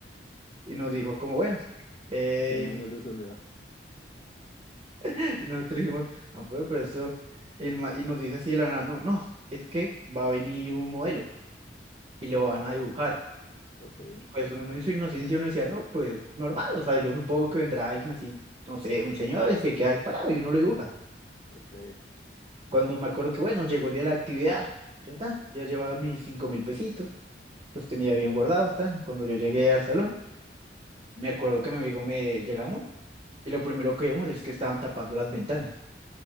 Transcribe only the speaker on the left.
100 años de soledad.
Ok,
ok,
ok.